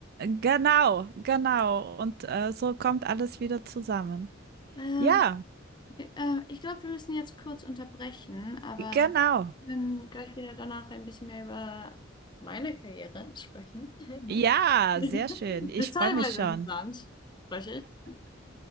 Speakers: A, on the right (about 50°); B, on the left (about 25°).
A: genau, genau. Und äh, so kommt alles wieder zusammen.
B: Ähm,
A: Ja,
B: okay, ähm, ich glaube, wir müssen jetzt kurz unterbrechen, aber
A: genau.
B: wir können gleich wieder danach ein bisschen mehr über meine Karriere sprechen. <laughs>
A: Ja,
B: Das
A: sehr schön. Ich
B: ist
A: freue
B: teilweise
A: mich schon.
B: interessant, spreche ich.